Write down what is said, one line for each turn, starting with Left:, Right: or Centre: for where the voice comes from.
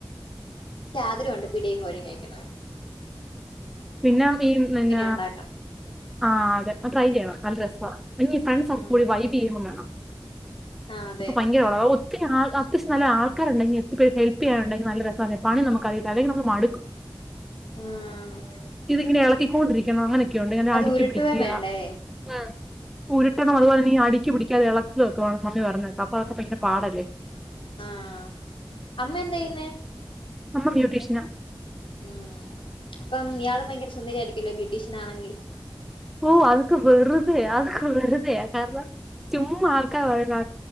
Left: ആഗ്രമുണ്ട് പിടിയും കോഴും കഴിക്കണം
Centre: പിന്നെ ഈ പിന്ന
Left: ഉണ്ടാക്കണം
Centre: ആഹ അതെ ട്രൈ ചെയ്യണം നല്ല രസമാണ് ഫ്രണ്ട്സ് ഒ
Left: ഉം
Centre: ക്കെ കൂടി വൈ്ബ് ചെയ്യ വേണം
Left: ആഹ് അതെ
Centre: അപ്പൊ ഭയങ്കരള. പിന്നെ അത്യാവശ്യം ആൾാക്കാരുണ്ടെങ്കിൽ എ ഹെല്പ്ചെയ്യാനുണ്ടങ്കിൽ നല്ല രസ പണി നമുക്ക് അയില്ലെങ്കിൽ നമുക്ക് മടുക്കും.
Left: ആഹ്
Centre: ഇതിങ്ങനെ ഇളക്കിക്കൊണ്ടിരിക്കണം അങ്ങനെയൊക്കെയ ഉണ്ട് അങ്ങനെ അടുക്കി
Left: ഉരുട്ടുവേം
Centre: പിടിക്കുക.
Left: വേണ്ടേ
Centre: ഉ് ഉരുട്ടണം അതുപോലെീ അടിക്കി പിടിക്കാതെ ഇളക്കൊക്കെ വേണം മമ്മി പറഞ്ഞേക്കാ അപ്പൊ അതൊക്കെ ഭയങ്കര പാടല്ലേ.
Left: ആഹ അമ്മ എന്ത ചെയ്യുന്നെ.
Centre: അമ്മ ബ്യൂട്ടീഷ്യനാ
Left: ഉം അപ്പം ഇയാളും ഭയങ്കര സുന്ദരി ആായിരിക്കല്ലോ ബ്യൂട്ടീഷ്യൻ ആണെങ്കിൽ.
Centre: ഓ് അത്ക്ക വറുതെ അത്ക്ക വറുതെ കാരണം ചുമ്മ ആൾക്കാർ പറയുന്ന